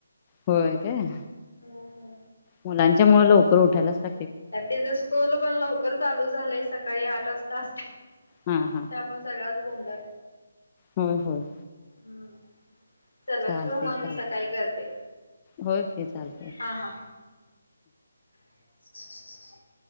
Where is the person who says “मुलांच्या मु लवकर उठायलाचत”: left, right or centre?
Left